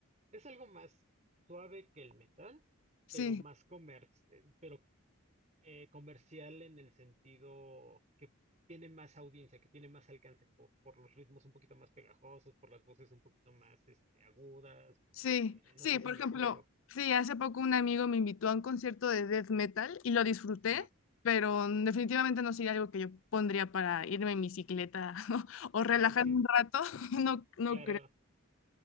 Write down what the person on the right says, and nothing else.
es algo más suave que el metal,
pero más comer, pero Eh, comercial en el sentido que tiene más audiencia, que tiene más alcance por, por los ritmos un poquito más pegajosos, por las voces un poquito más este, agudas.
eh,
no sé
si me
explico.
Ajá.
Ah, sí,
claro.